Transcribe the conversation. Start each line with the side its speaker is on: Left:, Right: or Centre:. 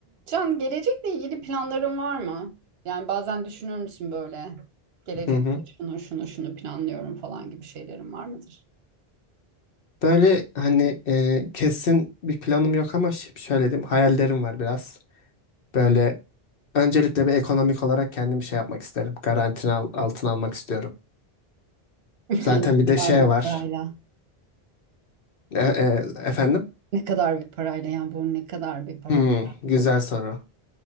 Right: Can, gelecekle ilgili planların var mı? Yani bazen düşünür müsün böyle? Gelecek
Left: Hı hı.
Right: şunu şunu şunu planlıyorum falan gibi şeylerin var mıdır?
Left: Böyle hani e, kesin bir planım yok ama ş- şöyle diyeyim hayallerim var biraz. Böyle öncelikle bir ekonomik olarak kendimi şey yapmak isterim. Garantini al- altına almak istiyorum.
Right: <laughs> Ne
Left: Zaten bir de şey
Right: kadar bir
Left: var.
Right: parayla?
Left: E- e, efendim?
Right: Ne kadar bir parayla yani bu ne kadar bir para
Left: Hmm,
Right: bir paramız
Left: güzel
Right: olur.
Left: soru.